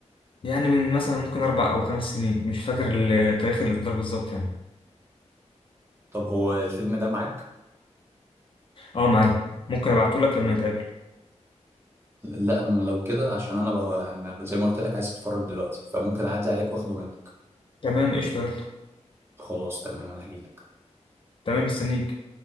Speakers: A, on the left; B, on the right.
A: يعني من مثلا ممكن أربع أو خمس سنين مش فاكر ال- تاريخ الإصدار بالظبط يعني
B: طب هو الفيلم ده معاك؟
A: أه معايا ممكن أبعتهولك لما نتقابل
B: لا انا م- لو كده عشان انا بقى يعني زي ما قلت لك عايز اتفرج دلوقتي فممكن اعدي عليك واخده منك
A: تمام قشطة يلا
B: خلاص تمام انا هجيلك
A: تمام مستنيك